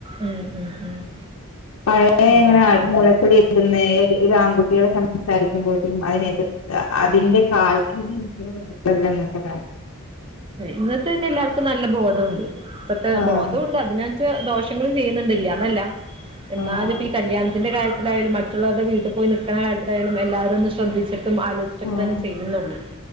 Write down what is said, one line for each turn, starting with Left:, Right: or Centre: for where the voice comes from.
Right: ഉം. ഉം. ഉം.
Left: പഴയ ഇങ്ങനെ
Right: അതാണ്
Left: മൂലക്കലിരുന്ന്, ഒരാൺ കുട്ടികൾ സംസാരിക്കുമ്പോഴ്ത്തിനും അതിനെതിർത്ത് അതിന്റെ കാൽക്കലിരിക്കല്ല ഇന്നത്തെ കാലം.
Right: ഇന്നത്തെ തന്നെ എല്ലാർക്കും നല്ല ബോധംണ്ട്. ഇപ്പത്തെ
Left: ആഹ്
Right: ബോധംണ്ട്, അതിനച്ച ദോഷ- നിങ്ങള് ചെയ്യ്ന്നണ്ടില്ല. ഇന്നാല്ല എന്നാലുംപ്പൊ
Left: ആഹ്
Right: ഈ കല്യാണത്തിന്റെ കാര്യത്തിലായാലും മ- മറ്റുള്ളോരുടെ വീട്ടിൽ പോയി നിക്കണ കാര്യത്തിലായാലും എല്ലാവരും ഒന്ന് ശ്രദ്ധിച്ചി ട്ടും ആലോചിട്ടൊക്കെ
Left: ആഹ്
Right: തന്നെ ചെയ്യുന്നുള്ളൂ,